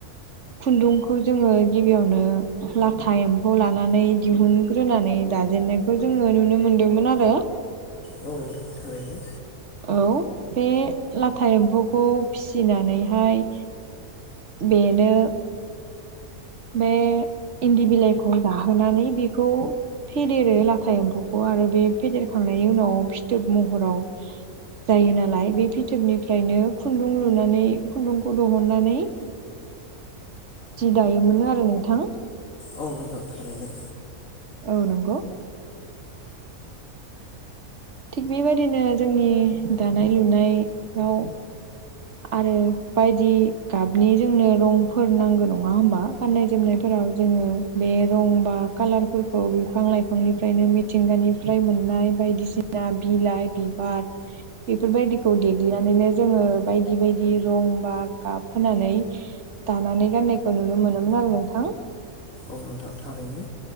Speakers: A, on the right (about 55°); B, on the left (about 65°).
A: खुन्दुंखौ जोङो गिबियावनो लाथा एम्फौ लानानै दिहुनग्रोनानै नै दाजेननायखौ जोङो नुनो मोनदोंमोन आरो
B: औ नोंथां थारैनो
A: औ बे लाथा एम्फौखौ फिसिनानैहाय बेनो बे इन्दि बिलाइखौ जाहोनानै बेखौ फेदेरो लाथा एम्फौखौ आरो बे फेदेरखां नायनि उनाव फिथोब महराव जायो नालाय बे फिथोबनिफ्रायनो खुन्दुं लुनानै खुन्दुंखौ दुहनबैनानै जि दायोमोन आरो नोंथां
B: औ नोंथां थारैनो
A: औ नंगौ थिग बेबायदिनो जोंनि दानाय लुनाय आव आरो बायदि गाबनि जोंनो रंफोर नांगो नङा होमबा गाननाय जोमनाय फोराव जोङो बे रं बा कालारफोरखौ बिफां लाइफांनिफ्रायनो मिथिंगानिफ्राय मोन नाय बायदिसिना बिलाइ बिबार बेफोरबायदिखौ देग्लिनानैनो जोङो बायदि बायदि रं बा गाब होनानै दानानै गाननायखौ नुनो मोनोमोन आरो नोंथां
B: औ नोंथां थारैनो